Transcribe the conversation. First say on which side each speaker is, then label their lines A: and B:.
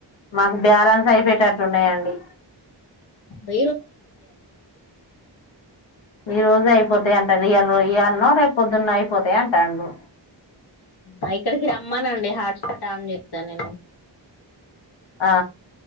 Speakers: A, on the left (about 80°); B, on the left (about 55°).
A: నాకు బ్యారన్స్ అయిపేటటున్నాయండి
B: అ
A: ఈ రోజే అయిపోతాయాంట రియారో ఇయాల్నో రేప్ పొద్దున్న అయిపోతాయి అంటాడు
B: అయ్ ఇక్కడికి రమ్మనండి హాట్పాట్ అన్ జే తా నేను
A: ఆ